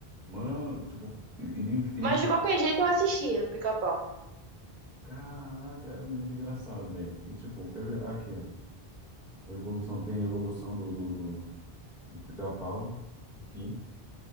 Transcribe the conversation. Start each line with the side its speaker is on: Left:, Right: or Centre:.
Centre: Mano, tipo, ele, ele...
Right: Mas de qualquer jeito eu assistia o Pica-Pau.
Centre: Caraca, era muito engraçado, velho. Que tipo, quer ver? Aqui, ó. Evolução, tem a evolução do, do, do, do pica-pau. Aqui,